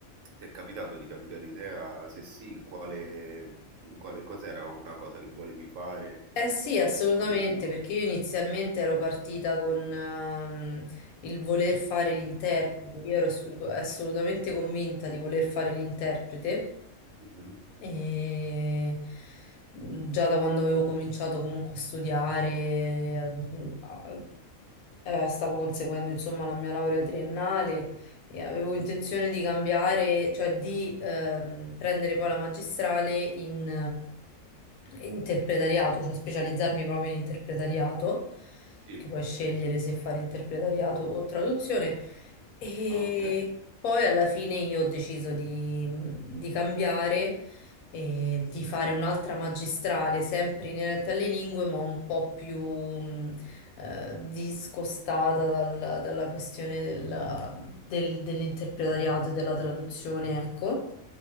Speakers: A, on the right; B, on the left.
A: ti è capitato di cambiare idea? Se sì, in quale... in quale cos'era una cosa che volevi fare
B: Eh sì, assolutamente,
A: come obiettivo?
B: perché io inizialmente ero partita con ehm, il voler fare l'interprete, io ero assurgo- assolutamente convinta di voler fare l'interprete.
A: Mhm,
B: E mm, già da quando avevo cominciato comunque a studiare, al- a- eh, stavo conseguendo insomma la mia laurea triennale e avevo intenzione di cambiare, cioè di ehm, prendere poi la magistrale in eh, interpretariato, cioè specializzarmi proprio in interpretariato,
A: Sì.
B: perché puoi scegliere se fare interpretariato o traduzione. E
A: Ah, ok,
B: poi alla fine io ho deciso di, di cambiare e di fare un'altra magistrale sempre inerente alle lingue, ma un po' più mh, eh, discostata dal- dalla questione del- del- dell'interpretariato e della traduzione, ecco.